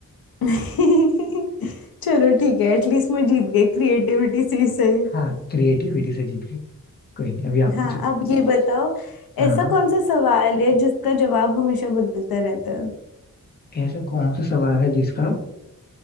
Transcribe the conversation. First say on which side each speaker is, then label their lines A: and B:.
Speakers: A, on the left; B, on the left.
A: <laughs> चलो ठीक है एटलीस्ट मैं जीत गई क्रिएटिविटी से ही सही
B: हाँ क्रिएटिविटी से जीत गए कोई नहीं अभी आप
A: हाँ
B: पूछो
A: अब ये बताओ
B: हाँ
A: ऐसा
B: हाँ
A: कौन सा सवाल है जिसका जवाब हमेशा बदलता रहता है?
B: ऐसा कौन सा सवाल है जिसका